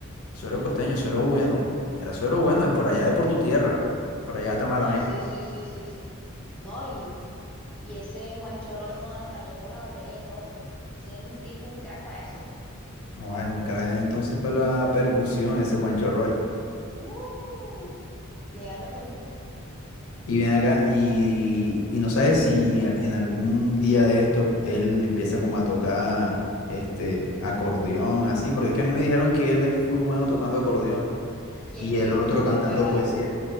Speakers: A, on the left; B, in the centre.
A: suero costeño, suero bueno. Era suero bueno de por allá de por tu tierra, por allá de Tamalameque.
B: Ah, sí, sí, sí, sí, sí. No, y, y ese Juan Chorroy joda, hasta tocó la batería y todo. Ese es un tipo, un crack para eso, ¿no?
A: Joda, es un crack entonces para la percusión ese Juancho Roy.
B: Uh, le ganó a todo el mundo.
A: Y viene acá y, y, y no sabes si a- en algún día de estos él empieza como a tocar este acordeón, así, porque es que a mí me dijeron que él es full bueno tocando acordeón
B: ¿Quién,
A: y
B: quién,
A: el
B: quién?
A: otro
B: Juan
A: cantando
B: Chorroy.
A: poesía.